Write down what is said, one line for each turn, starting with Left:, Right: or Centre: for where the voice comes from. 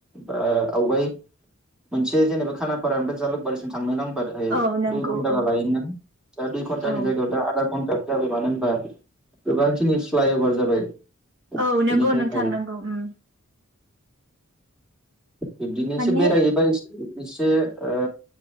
Centre: बा आवगाय मोनसे जेनेबा खानापारा ओमफ्राय जालुकबारिसिम थांनो नां बाथाय
Right: औ नंगौ
Centre: दुइ घन्टा
Right: औ
Centre: लायोमोन दा दुइ घन्टानि
Right: औ
Centre: जायगायाव दा आदा घन्टा जाबाय मानो होनबा गोबांखिनि फ्लाइअभार जाबाय।
Right: औ
Centre: बेनि
Right: नंगौ
Centre: थाखाय
Right: नोंथां नंगौ ओम।
Centre: बिब्दिनो
Right: माने
Centre: एसे बेरायहैबाय एसे एसे ओ